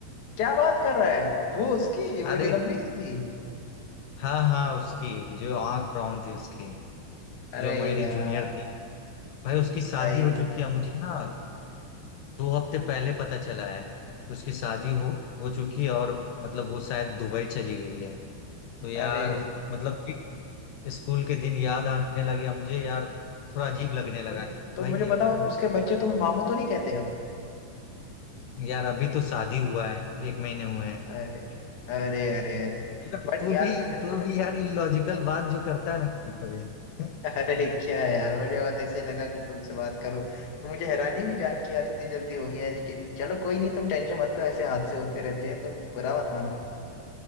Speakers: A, on the left (about 50°); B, on the left (about 80°).
A: क्या बात कर रहा है वो उसकी वो
B: अरे
A: जो लंबी सी थी
B: हाँ हाँ उसकी जो आंख ब्राउन थी उसकी
A: अरे
B: जो मेरी
A: यार
B: जूनियर थी भाई उसकी शादी
A: भाई
B: हो चुकी है मुझे ना दो हफ्ते पहले पता चला है कि उसकी शादी हो हो चुकी है और मतलब वो शायद दुबई चली गई है तो यार
A: अरे
B: मतलब कि स्कूल के दिन याद आने लगे अब मुझे यार थोड़ा अजीब लगने लगा
A: मुझे-
B: कि
A: तो
B: भाई
A: मुझे बताओ
B: एक तो
A: उसके बच्चे तुम्हें मामू तो नहीं कहते अब
B: यार अभी तो शादी हुआ है एक महीने हुए हैं
A: अरे अरे अरे अरे
B: मतलब
A: बट
B: तू
A: यार
B: भी
A: मुझे
B: तू
A: मुझे
B: भी
A: तो-
B: यार इलॉजिकल बात जो करता है ना कभी कभी <laughs>
A: अरे क्या है यार मुझे बस ऐसे ही लगा कि तुमसे बात करूं तो मुझे हैरानी भी जान के यार इतनी जल्दी हो गया है लेकिन चलो कोई नहीं तुम टेंशन मत लो ऐसे हादसे होते रहते हैं तुम बुरा मत मानो